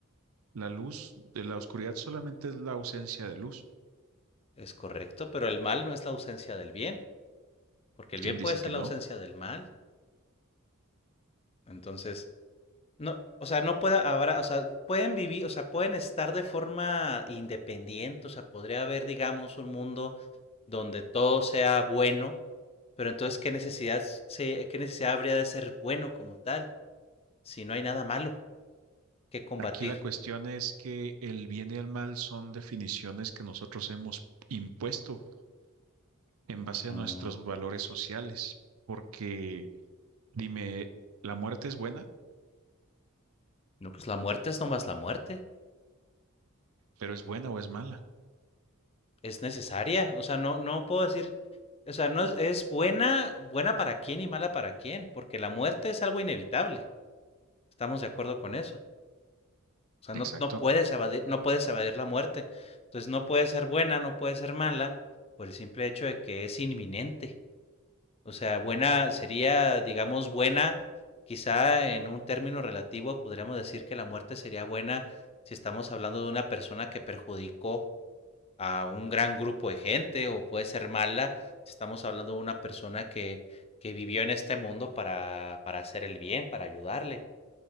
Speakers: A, on the right; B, on the left.
A: la luz de la oscuridad solamente es la ausencia de luz.
B: Es correcto, pero el mal no es la ausencia del bien, porque el
A: ¿Quién
B: bien
A: dice
B: puede ser
A: que no?
B: la ausencia del mal. Entonces, No, o sea, no pueda, habrá, o sea, pueden vivir, o sea, pueden estar de forma independiente, o sea, podría haber, digamos, un mundo donde todo sea bueno, pero entonces, ¿qué necesidad, se, qué necesidad habría de ser bueno como tal si no hay nada malo que combatir?
A: Aquí la cuestión es que el bien y el mal son definiciones que nosotros hemos impuesto en base a
B: Ujú.
A: nuestros valores sociales, porque dime, ¿la muerte es buena?
B: No, pues la muerte es nomás la muerte,
A: ¿Pero es buena o es mala?
B: es necesaria, o sea, no, no puedo decir, o sea, no es, es buena, buena para quién y mala para quién, porque la muerte es algo inevitable, estamos de acuerdo con eso. O sea,
A: Exacto.
B: no, no puedes evadir, no puedes evadir la muerte. Entonces no puede ser buena, no puede ser mala, por el simple hecho de que es inminente. O sea, buena sería, digamos, buena, quizá en un término relativo podríamos decir que la muerte sería buena si estamos hablando de una persona que perjudicó a un gran grupo de gente, o puede ser mala si estamos hablando de una persona que, que vivió en este mundo para, para hacer el bien, para ayudarle.